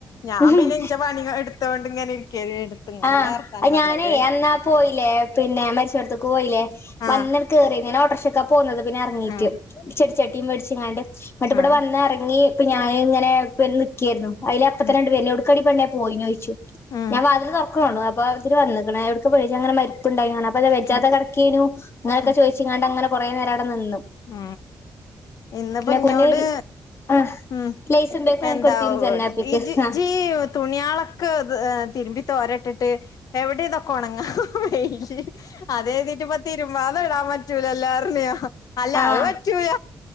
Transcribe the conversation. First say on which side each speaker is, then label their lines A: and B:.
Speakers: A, on the left; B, on the left.
A: ഞാൻ
B: ഉം
A: പിന്നെ ഇൻ്റെ പണി എടുത്തോണ്ട് ഇങ്ങനെ ഇരിക്കേനു എടുത്തുങ്ങോണ്ടാ
B: ആഹ്
A: വർത്താനം
B: അയ്ഞാനേ
A: പറഞ്ഞത് ഓര്
B: എന്നാ പോയില്ലേ പിന്നെ മരിച്ചോട്ത്ത്ക്ക് പോയില്ലേ വന്ന്
A: ആഹ്
B: കേറി ഞാനോട്ടർ പോന്നത് പിന്നെ ഇറങ്ങീട്ട്
A: ആഹ്
B: ചെടിചട്ടീം മേടിച്ചങ്ങാണ്ട് ന്നിട്ട്വടെ
A: ആഹ്
B: വന്ന് എറങ്ങി ഇപ്പൊ ഞാനിങ്ങനെ ഇപ്പ നിക്കേരുന്നു അയില് അപ്പത്തെന്നെണ്ട്
A: ഉം
B: വര്ന് ഔട്ക്കാടിപെണ്ണേ പോയിനോയ്ച്ചു
A: ഉം
B: ഞാൻ വാതില് തൊറ ആണു അപ്പാതിൽ വന്ന് എവിടക്കപോയെച്ചു അങ്ങെനെ മരിപ്പുണ്ടാര് അപ്പൊത് വെജാതെ
A: ഉം
B: കെടക്കെയ്നു അങ്ങനൊക്കെ
A: ഉം
B: ചോദിച്ചിങ്ങാണ്ടങ്ങനെ കുറേനേരവടെനിന്നു
A: ഉം ഇന്ന്പ്പോ ഇഞ്ഞോട്
B: കൊറേ ആഹ്
A: ഉം
B: ലേസും ബേക്കും വാങ്ങിക്കൊടുത്തീന്ന്
A: എന്താ
B: ജന്നാപ്പിക്ക്
A: ഇജി ഇജ്
B: ആഹ്
A: ഈഴതുണിയാളൊക്കെ തിരുമ്പി തോരട്ടിട്ട് എവിടെ ഇതൊക്കെ ഒണങ്ങാം വെയില് അത്കരുതിട്ടിപ്പ തിരുമാതെ ഇടാൻപ പറ്റൂലല്ലാർണെയാ അല്ല
B: ആഹ് ആഹ്
A: അത് പറ്റൂല